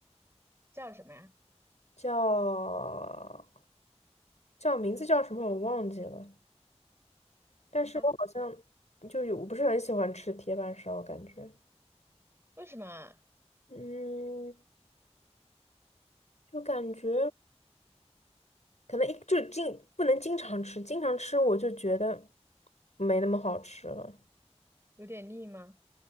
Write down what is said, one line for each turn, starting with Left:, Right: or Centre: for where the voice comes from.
Right: 叫什么呀？
Left: 叫叫名字叫什么我忘记了，但是我好像就有我不是很喜欢吃铁板烧，
Right: 好吧，
Left: 感觉
Right: 为什么
Left: 嗯，就感觉可能一就经不能经常吃，经常吃我就觉得没那么好吃了，
Right: 有点腻吗？